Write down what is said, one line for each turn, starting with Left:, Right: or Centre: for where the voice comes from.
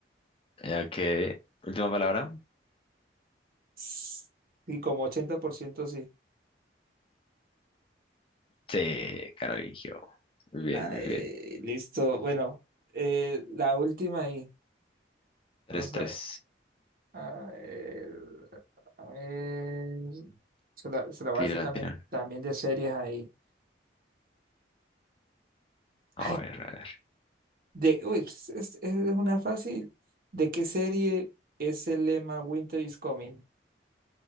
Left: ok. Última palabra.
Right: Sí, como 80% sí.
Left: C, carolingio. Muy bien,
Right: Ay,
Left: muy bien.
Right: listo. Bueno, eh, la última ahí. Vamos
Left: Tres
Right: a
Left: tres.
Right: ver. A ver, a ver. Se la, se la voy
Left: Tire
Right: a hacer
Left: la
Right: también,
Left: lateral.
Right: también de series ahí.
Left: A
Right: Ay,
Left: ver, a ver.
Right: De, uy, es, es- es una fácil. ¿De qué serie es el lema Winter is Coming?